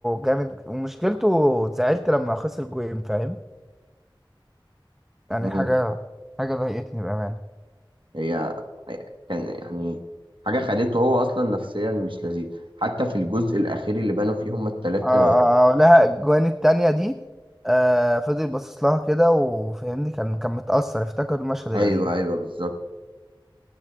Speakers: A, in the centre; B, on the right.
A: جامد ومشكلته زعلت لما خسر جوين فاهم يعني
B: مم.
A: حاجه حاجه ضايقتني بامان
B: هي هي- كان يعني حاجة خليته هو أصلا نفسيا مش لذيذ حتى في الجزء الأخير اللي بانوا فيه هما التلاتة
A: اه اه آه، لها الجوان التانية دي آه فضل باصص لها كده وفهمني كان كان متأثر افتكر المشهد
B: أيوه
A: القديم
B: أيوه بالظبط